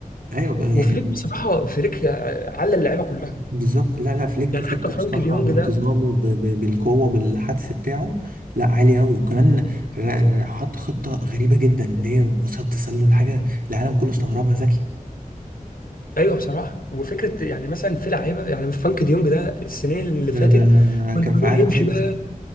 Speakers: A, on the right (about 75°); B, on the left (about 80°).
A: ايوه بقى
B: وفليك
A: يعني
B: بصراحه فليك على اللعيبه كلها
A: بالظبط لا لا فليك
B: يعني
A: فليك
B: حتى فرانك
A: بصراحة
B: دي يونج
A: بانتظامه
B: ده
A: ب- ب- بالقوة بالحدس بتاعه لا عالي قوي وكمان ر- ر- حط خطة غريبة جدا اللي هي مصاد تسلل حاجة العالم كله استغربها ذكي
B: ايوه بصراحه وفكره يعني مثلا في لعيبه يعني فرانك ديونج ده السنين اللي
A: ده
B: فاتت
A: ده
B: كنا
A: كان
B: بنقول
A: في عالم
B: يمشي
A: سيمس
B: بقى
A: ما